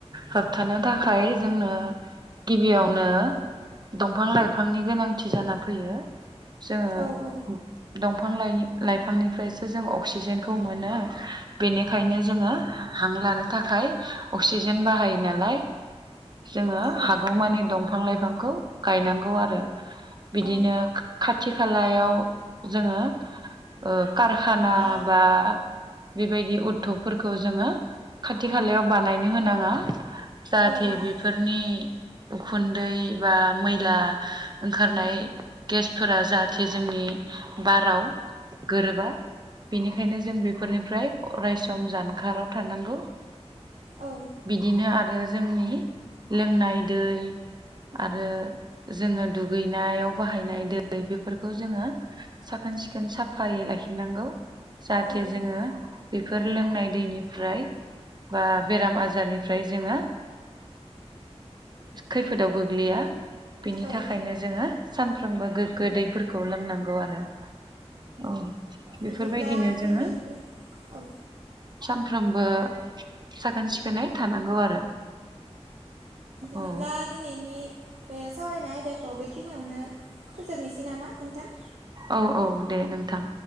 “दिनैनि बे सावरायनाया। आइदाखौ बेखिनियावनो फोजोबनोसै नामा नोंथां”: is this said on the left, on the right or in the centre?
Right